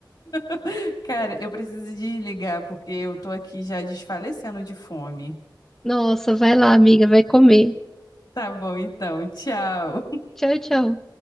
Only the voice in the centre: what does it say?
Nossa, vai lá, amiga, vai comer.
Tchau, tchau.